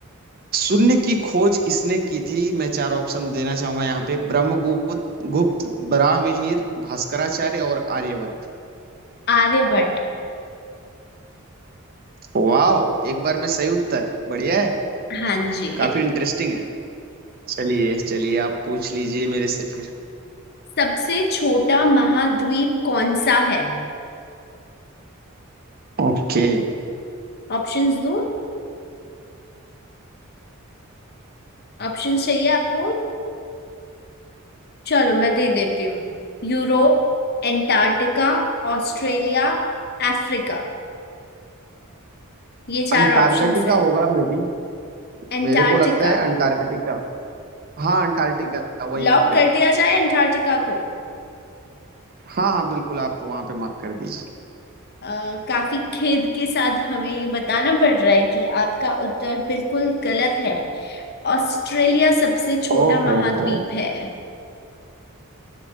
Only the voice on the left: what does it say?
आर्यभट्ट
हाँ जी
सबसे छोटा महाद्वीप कौन सा है
ऑप्शंस दूं ऑप्शंस चाहिए आपको चलो मैं दे देती हूँ यूरोप एंटार्क्टिका ऑस्ट्रेलिया अफ्रीका ये चार
ऑप्शंस है
एंटार्क्टिका
लॉक
कर
दिया जाए एंटार्क्टिका को
अ, काफी खेद के साथ हमें ये बताना पड़ रहा है कि आपका उत्तर बिल्कुल गलत है ऑस्ट्रेलिया सबसे छोटा
महाद्वीप
है